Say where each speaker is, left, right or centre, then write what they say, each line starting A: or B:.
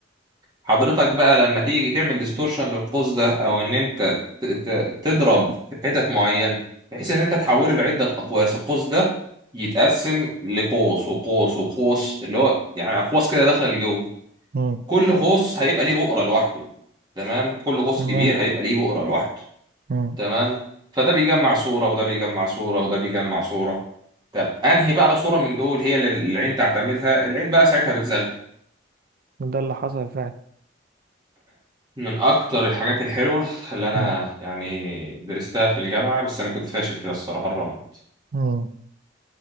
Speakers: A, on the right; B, on the right.
A: حضرتك بقى لما تيجي تعمل ديستورشن للقوس ده او ان انت ت- ت- تضرب في حتت معينه بحيث ان انت تحوله لعده اقواس القوس ده يتقسم لقوس وقوس وقوس اللي هو يعني اقواس كده داخله لجوه
B: مم.
A: كل قوس هيبقى ليه بؤره لوحده تمام كل قوس
B: تمام
A: كبير هيبقى ليه بؤره لوحده
B: مم.
A: تمام فده بيجمع صوره وده بيجمع صوره وده بيجمع صوره طب انهي بقى صوره من دول هي اللي العين تعتمدها العين بقى ساعتها بتزغلل
B: وده اللي حصل فعلا
A: من أكتر الحاجات الحلوة اللي أنا
B: مم.
A: يعني درستها في الجامعة بس أنا كنت فاشل فيها الصراحة الرمد
B: مم.